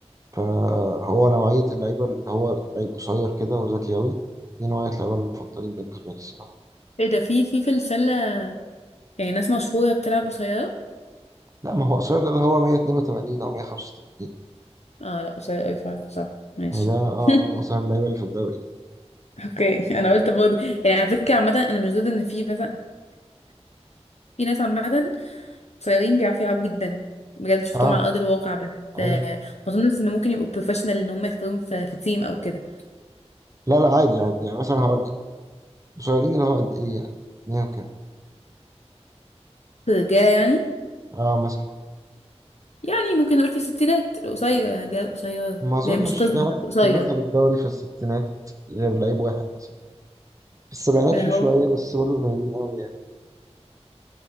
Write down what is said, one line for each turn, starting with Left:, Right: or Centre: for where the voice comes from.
Right: فهو نوعيه اللعيبه اللي هو لعيب قصير كده وذكي قوي دي نوعيه اللعيبه المفضلين بالنسبه لي الصراحه
Left: ايه ده في في في السله يعني ناس مشهوره بتلعب قصيره
Right: لا ما هو قصير ده اللي هو 182 او 185
Left: اه لا قصير قوي فعلا صح ماشي
Right: يعني ده اه
Left: <laughs>
Right: ده من قصير اللعيبه اللي في الدوري
Left: اوكي انا قلت برضه يعني على فكره عامه انا مش ضد ان في مثلا في ناس عامه قصيرين بيعرفوا يلعبوا جدا بجد شفتهم
Right: اه
Left: على ارض الواقع بس
Right: اي
Left: آه، ما اظنش ان ممكن يبقوا بروفيشنال ان هم يختاروهم في, في تيم او كده
Right: لا لا عادي عادي يعني مثلا هقول لك قصيرين اللي هو قد ايه يعني 100 وكام
Left: في الرجاله يعني
Right: اه مثلا
Left: يعني ممكن نقول في الستينات القصير يعني الرجاله القصيره اللي
Right: ما اظنش
Left: هي مش قزم
Right: في حد
Left: بس قصير
Right: دخل الدوري في الستينات غير لعيب واحد مثلا في السبعينات
Left: ما
Right: في
Left: هو
Right: شويه بس برضه قليلين قوي يعني